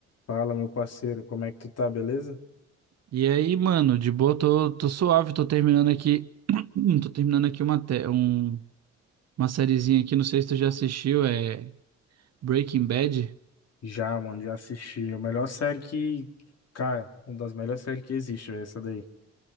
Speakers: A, on the left; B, on the right.
A: Fala, meu parceiro, como é que tu tá, beleza?
B: E aí, mano, de boa, tô, tô suave, tô terminando aqui. <clears throat> Tô terminando aqui uma, te- um- uma sériezinha aqui, não sei se tu já assistiu, é Breaking Bad.
A: Já, mano, já assisti. A melhor série que. Cara, uma das melhores séries que existe, é essa daí.